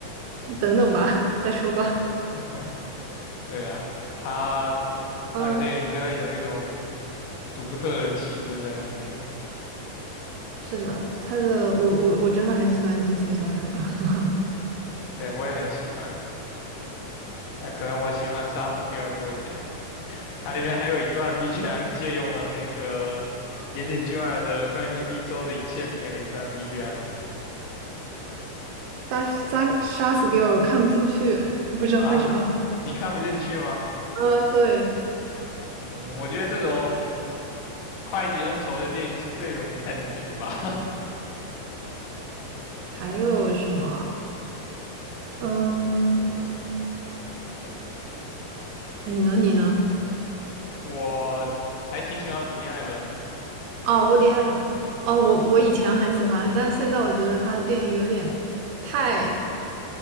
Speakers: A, on the right; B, on the left.
A: 等等吧，再说吧。
B: <laughs> 对啊，他他的电影真的有一种
A: 嗯。
B: 独特的气质在里面，
A: 是的，他的我我我真的很喜欢低俗小说，<laughs>
B: 对，我也很喜欢，但可能我喜欢莎士比尔多一点。它里面还有一段 BGM 借用了那个 <laughs> 岩井俊二的关于绿洲的一切里面的一段 BGM
A: 杀杀杀死比尔我看不进去，不知道为什么。
B: 啊，你看不进去吗？
A: 呃，对，
B: 嗯，我觉得这种快意恩仇的电影是最容易看进去的吧。
A: 还有什么啊嗯，你呢？你呢？
B: <laughs> 我还挺喜欢伍迪·艾伦的，
A: 啊，我迪艾了。哦，我我以前很喜欢，但现在我觉得他的电影有点太